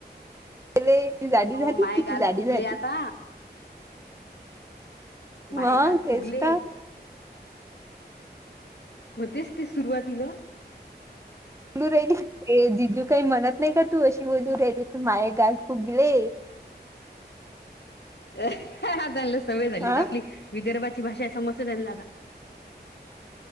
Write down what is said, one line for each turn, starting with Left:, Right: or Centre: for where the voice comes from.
Right: ती जाडी
Left: अहो
Right: झाली
Left: माय
Right: किती
Left: गाल
Right: जाडी
Left: फुगले
Right: झाली
Left: आता मायगाल
Right: मग तेच
Left: फुगले
Right: तर
Left: होतेच ते सुरुवातीला
Right: फलू राहिली जिजू काही म्हणत नाही का तू अशी बाजू राहिली तर माये गल फुगले
Left: हा त्यांना सवय झाली
Right: हा
Left: आहे आपली विदर्भाची भाषा आहे समज त्यांना आता